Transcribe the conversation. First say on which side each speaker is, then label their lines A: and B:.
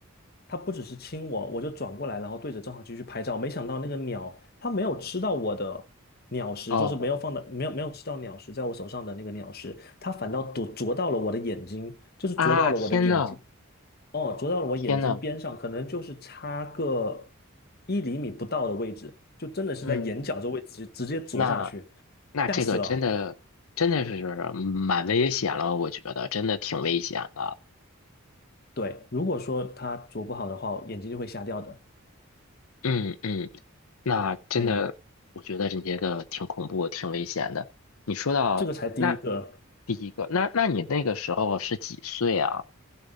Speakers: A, on the left; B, on the left.
A: 它不只是亲我，我就转过来，然后对着照相机去拍照。没想到那个鸟，它没有吃到我的鸟食，
B: 哦
A: 就是没有放到没有没有吃到鸟食在我手上的那个鸟食，它反倒啄啄到了我的眼睛，就是啄到了我的眼睛，
B: 啊，天呐，
A: 哦，啄到了我眼睛边上，
B: 天呐！
A: 可能就是差个一厘米不到的位置，就真的是在眼角这位置直接啄下去，
B: 嗯，那那这个真的真的是蛮危险了，
A: 吓死了。
B: 我觉得真的挺危险的。
A: 对，如果说他啄不好的话，眼睛就会瞎掉的。
B: 嗯嗯，那真的我觉得这些个挺恐怖、
A: 嗯，
B: 挺危险的。你说到那
A: 这个才第一个，
B: 第一个，那那你那个时候是几岁啊？